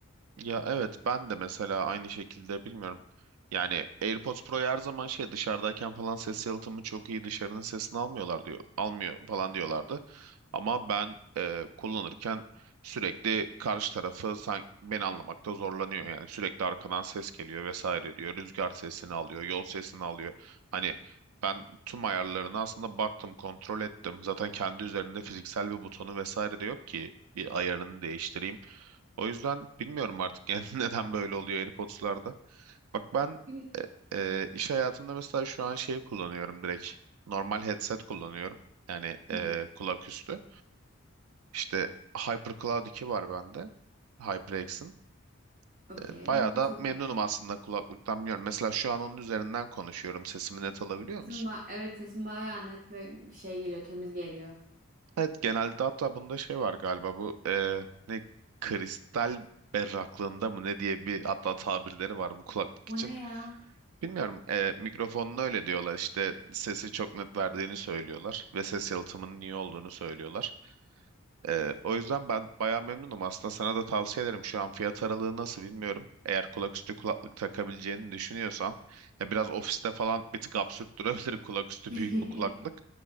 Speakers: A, on the right (about 80°); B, on the right (about 40°).
A: Ya evet ben de mesela aynı şekilde bilmiyorum. Yani AirPods Pro'yu her zaman şey dışarıdayken falan ses yalıtımı çok iyi dışarının sesini almıyorlar diyor. Almıyor falan diyorlardı. Ama ben e, kullanırken sürekli karşı tarafı sanki beni anlamakta zorlanıyor. Yani sürekli arkadan ses geliyor vesaire diyor. Rüzgar sesini alıyor, yol sesini alıyor. Hani ben tüm ayarlarına aslında baktım, kontrol ettim. Zaten kendi üzerinde fiziksel bir butonu vesaire de yok ki bir ayarını değiştireyim. O yüzden bilmiyorum artık yani <laughs> neden böyle oluyor AirPods'larda. Bak ben
B: Hı
A: e, e, iş hayatımda mesela şu an şey kullanıyorum direkt. Normal headset kullanıyorum. Yani e,
B: hı.
A: kulak üstü. İşte HyperCloud 2 var bende. HyperX'in.
B: Okey.
A: E, bayağı
B: Nasıl
A: da memnunum
B: ses?
A: aslında kulaklıktan biliyorum. Mesela şu an onun üzerinden konuşuyorum. Sesimi net alabiliyor
B: Sesim
A: musun?
B: ba- evet sesim bayağı net ve şey geliyor, temiz geliyor.
A: Evet genelde hatta bunda şey var galiba bu e, ne kristal berraklığında mı ne diye bir hatta tabirleri var bu kulaklık
B: O
A: için.
B: ne ya?
A: Bilmiyorum. E, mikrofonun öyle diyorlar. İşte sesi çok net verdiğini söylüyorlar ve ses yalıtımının iyi olduğunu söylüyorlar. Ee, o yüzden ben bayağı memnunum. Aslında sana da tavsiye ederim. Şu an fiyat aralığı nasıl bilmiyorum. Eğer kulaküstü kulaklık takabileceğini düşünüyorsan, ya biraz ofiste falan bir tık absürt durabilir <laughs> kulaküstü
B: <laughs>
A: büyük bir kulaklık.